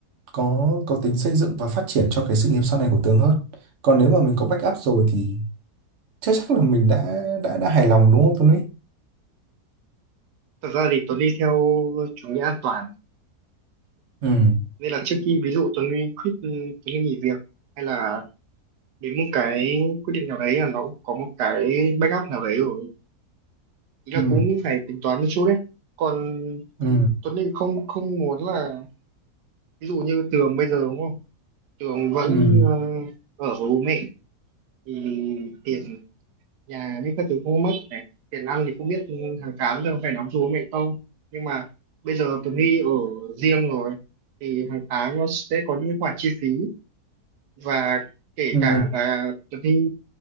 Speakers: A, on the right; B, on the right.
A: có có tính xây dựng và phát triển cho cái sự nghiệp sau này của tường hơn còn nếu mà mình có backup rồi thì chắc chắc là mình đã đã đã hài lòng đúng không Tuấn Lý?
B: Thật ra thì Tuấn đi theo chủ nghĩa an toàn
A: ừ
B: nên là trước khi ví dụ Tuấn đi quit ừ, Tuấn đi nghỉ việc hay là đến một cái quyết định nào đấy là nó cũng có một cái backup nào đấy rồi ý là
A: ừ
B: cũng phải tính toán một chút đấy còn
A: ừ
B: Tuấn thì không không muốn là ví dụ như Tường bây giờ đúng không Tường vẫn
A: ừ
B: ờ, ở với bố mẹ thì tiền nhà những các thứ không mất này tiền ăn thì không biết hàng tháng Tường phải đóng cho bố mẹ không nhưng mà bây giờ Tường Huy ở riêng rồi thì hàng tháng nó sẽ có những khoản chi phí và kể
A: ừ
B: cả là Tường Huy